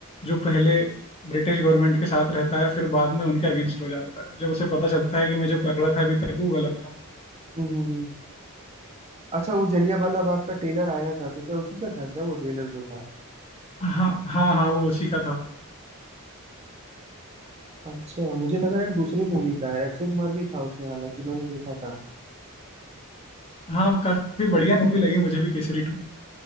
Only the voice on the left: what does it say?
जो पहले ब्रिटिश गवर्नमेंट के साथ रहता है फिर बाद में उनके अगेंस्ट हो जाता है जब उसे पता चलता है कि मैं जो कर रहा था अभी तक वो गलत था
हाँ हाँ हाँ वो उसी का था
हाँ काफी बढ़िया मूवी लगी मुझे भी केसरी टू